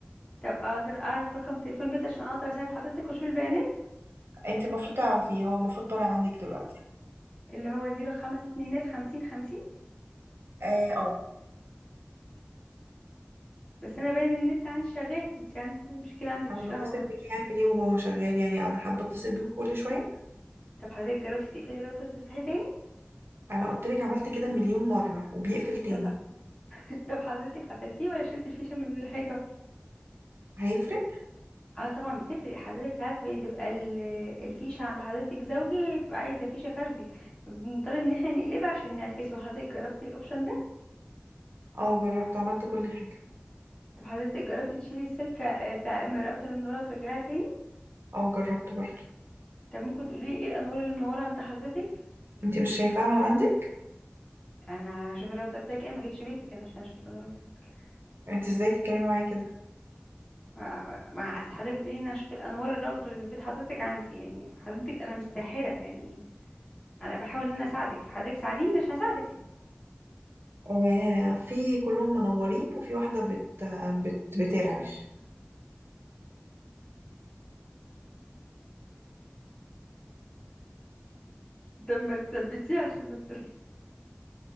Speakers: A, on the left; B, on the right.
A: طب اقدر اعرف رقم تليفون البيت عشان اقدر اساعد حضرتك واشوف البيانات
B: أنت المفروض تعرفيه هو المفروض طالع عندك دلوقتي
A: اللي هو زيرو خمسة اتنينات خمسين خمسين
B: اه اه
A: بس انا باين ان النت عندي شغال انت عندك المشكلة عندك
B: انا
A: مش فاهمة
B: بتصل بيك يعني ليه وهو شغال يعني انا حابه اتصل بيكوا كل شويه
A: طب حضرتك جربتي تقفلي الراوتر تفتحي تاني
B: انا قلت لك عملت كده مليون مره وبيقفل تاني
A: طب <laughs> طب حضرتك قفلتيه ولا شلتي الفيشه من الحيطه
B: هيفرق
A: اه طبعا بتفرق حضرتك ساعات بتبقى ال- الفيشه عند حضرتك زوجي بتبقى عايزه فيشه فردي فبنضطر ان احنا نقلبها عشان نعكسه حضرتك جربتي الاوبشن ده
B: اه جربت عملت كل حاجه
A: طب حضرتك جربتي تشيلي السلكه آه، بتاع من الراوتر من ورا وترجعيها تاني
B: اه جربت برضه
A: طب ممكن تقولي لي ايه الانوار اللي منوره عند حضرتك
B: انت مش شايفاها من عندك
A: انا هشوف الراوتر بتاعك ايه ما جيتش بيتك انا عشان اشوف الانوار بتاعتك
B: انت ازاي تتكلمي معايا كده
A: مع مع- أصل حضرتك بتقولي ان أنا هشوف الانوار الراوتر اللي في بيت حضرتك عندي يعني حضرتك انا مش ساحره يعني انا بحاول ان انا اساعدك فحضرتك ساعديني عشان اساعدك
B: آه في كلهم منورين وفي واحده بت بت بترعش
A: ده ما تثبتيه عشان ما ت- <laughs>